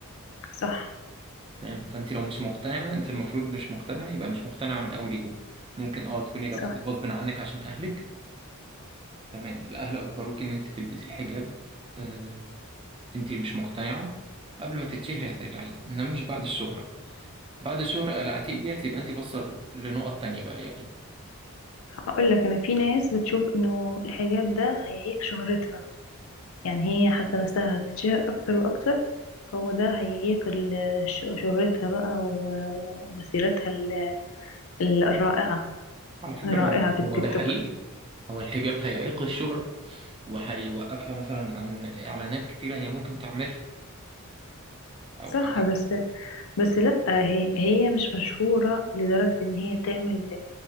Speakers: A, on the left; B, on the right.
A: صح
B: فاهم فانت لو مش مقتنعه انت المفروض مش مقتنعه يبقى مش مقتنعه من اول يوم ممكن اه تكوني لبستي
A: صح
B: غصب عنك عشان اهلك تمام الأهل أجبروك إن أنت تلبسي الحجاب آه، أنت مش مقتنعة قبل ما تتشهري هتقلعيه إنما مش بعد الشهرة بعد الشهرة قلعتيه ديت يبقى أنت باصة لنقط تانية بقى يعني
A: هقول لك أنا في ناس بتشوف إنه الحجاب ده هيعيق شهرتها يعني هي حاسة نفسها هتتشهر أكتر وأكتر فهو ده هياكل ش- شهرتها بقى و- ومسيرتها ال- الرائعة
B: على فكرة
A: الرائعة
B: ما هو هو
A: في التيك
B: ده حقيقي
A: توك
B: هو الحجاب هيعيق الشهرة وهيوقفها مثلا عن إعلانات كتيرة هي ممكن تعملها أو
A: صح
B: حاجات
A: بس بس لأ هي هي مش مشهورة لدرجة إن هي تعمل